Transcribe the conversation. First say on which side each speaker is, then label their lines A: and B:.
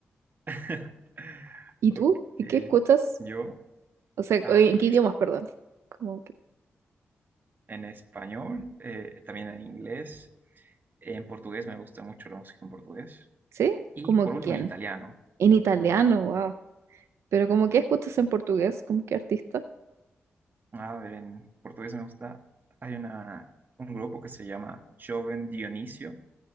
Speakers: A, on the right; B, on the right.
A: <laughs>
B: ¿Y
A: Ok,
B: tú? ¿Y qué escuchas?
A: yo,
B: O sea,
A: ah,
B: oye, ¿en qué idiomas, perdón? Como que,
A: en español, eh, también en inglés, en portugués me gusta mucho la música en portugués
B: ¿sí?
A: y
B: ¿Como
A: por último
B: quién?
A: en italiano.
B: En italiano, wow. Pero como que escuchas en portugués, como qué artista.
A: A ver, en portugués me gusta, hay una, un grupo que se llama Joven Dionisio,